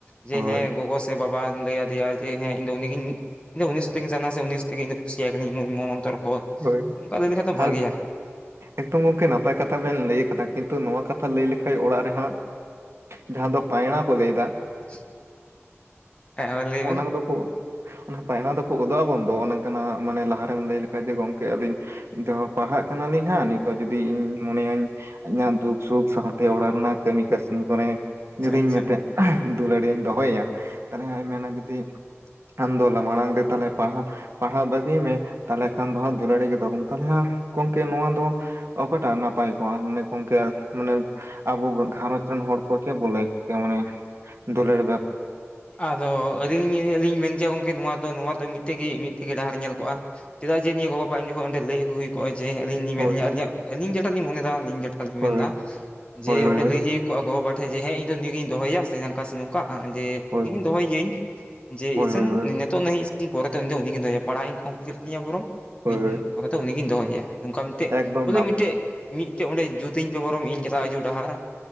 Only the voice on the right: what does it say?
ᱦᱳᱭ
ᱦᱳᱭ
ᱟᱨ
ᱮᱠᱫᱚᱢ ᱜᱚᱝᱠᱮ ᱱᱟᱯᱟᱭ ᱠᱟᱛᱷᱟ ᱵᱮᱱ ᱞᱟᱹᱭ ᱟᱠᱟᱫᱟ ᱠᱤᱱᱛᱩ ᱱᱚᱣᱟ ᱠᱟᱛᱷᱟ ᱞᱟᱹᱭ ᱞᱮᱠᱟᱱ ᱚᱲᱟᱜ ᱨᱮᱦᱟᱸ, ᱡᱟᱦᱟᱸ ᱫᱚ ᱯᱟᱭᱲᱟ ᱠᱚ ᱞᱟᱹᱭ ᱮᱫᱟ ᱾
ᱚᱱᱟ
ᱠᱚᱫᱚᱠᱚ, ᱚᱱᱟ ᱯᱟᱭᱱᱟ ᱫᱚᱠᱚ ᱩᱫᱚᱜ ᱟᱵᱚᱱᱫᱚ ᱚᱱᱠᱟᱱᱟᱜ ᱢᱟᱱᱮ ᱞᱟᱦᱟᱨᱮᱢ ᱞᱟᱹᱭ ᱞᱮᱠᱷᱷᱟᱡᱮ ᱜᱚᱝᱠᱮ ᱟᱹᱞᱤᱧ, ᱮᱦ ᱯᱟᱲᱦᱟᱜ ᱠᱟᱱᱟᱞᱤᱧ ᱦᱟᱸᱜ ᱱᱤᱛᱚᱜ ᱡᱩᱚᱫᱤ ᱤᱧ ᱢᱚᱱᱮᱭᱟᱹᱧ, ᱫᱩᱠ ᱥᱩᱠ ᱥᱟᱶᱛᱮ ᱚᱲᱟᱜ ᱨᱮᱱᱟᱜ ᱠᱟᱹᱢᱤ ᱠᱟᱹᱥᱱᱤ ᱠᱚᱨᱮ
ᱡᱩᱫᱤᱧ
ᱢᱮᱛᱟᱜ, ᱫᱩᱞᱟᱹᱲᱤᱭᱟᱹᱧ ᱫᱚᱦᱚᱭᱮᱭᱟ ᱛᱟᱦᱞᱮᱜ ᱤᱧ ᱢᱮᱱᱟ ᱡᱩᱫᱤ, ᱟᱢᱫᱚᱞᱟ ᱢᱟᱲᱟᱝ ᱛᱮ ᱛᱟᱞᱮ ᱯᱟᱲᱟ᱾ ᱯᱟᱲᱦᱟᱣ ᱵᱟᱹᱜᱤᱭ ᱢᱮ ᱛᱟᱦᱚᱞᱮ ᱠᱷᱟᱱ ᱫᱚ ᱦᱟᱸᱜ ᱫᱩᱞᱟᱹᱲᱤ ᱜᱚᱫᱚᱜ ᱛᱟᱦᱚᱞᱮ ᱦ ᱜᱚᱢᱠᱮ ᱱᱚᱣᱟ ᱫᱚ, ᱚᱠᱟᱴᱟᱜ ᱱᱟᱯᱟᱭ ᱠᱚᱜᱼᱟ ᱢᱟᱱᱮ ᱜᱚᱝᱠᱮ ᱢᱟᱱᱮ? ᱟᱵᱚ ᱜᱷᱟᱨᱚᱸᱡᱽ ᱨᱮᱱ ᱦᱚᱲ ᱠᱚ ᱪᱮ ᱵᱮ ᱢᱟᱱᱮᱼᱼ ᱫᱩᱞᱟᱹᱲ <inaudible>
ᱦᱳᱭ
ᱦᱳᱭ
ᱦᱳᱭ ᱦᱳᱭ
ᱦᱳᱭ
ᱦᱳᱭ
ᱦᱳᱭ
ᱦᱳᱭ ᱦᱳᱭ
ᱦᱳᱭ
ᱦᱳᱭ
ᱮᱠᱫᱚᱢ
ᱱᱟᱯᱟᱭ